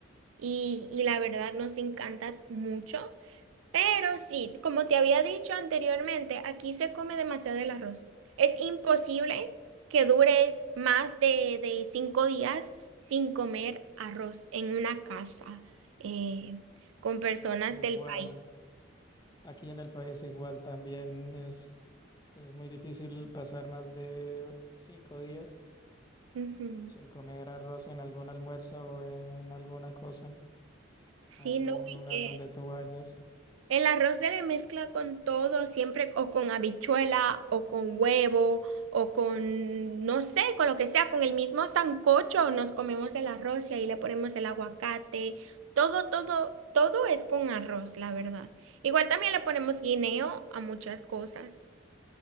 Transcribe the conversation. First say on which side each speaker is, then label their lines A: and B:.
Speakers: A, on the right; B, on the left.
A: y, y la verdad nos encanta mucho. Pero sí, como te había dicho anteriormente, aquí se come demasiado el arroz. Es imposible que dures más de, de cinco días sin comer arroz en una casa eh, con personas
B: Igual,
A: del país.
B: aquí en el país igual también es, es muy difícil pasar más de cinco días
A: Ujú.
B: sin comer arroz en algún almuerzo o en alguna cosa,
A: Sí,
B: en algún
A: no,
B: lugar
A: y que
B: donde tú vayas.
A: El arroz se le mezcla con todo, siempre o con habichuela o con huevo o con, no sé, con lo que sea, con el mismo sancocho nos comemos el arroz y ahí le ponemos el aguacate, todo, todo, todo es con arroz, la verdad. Igual también le ponemos guineo a muchas cosas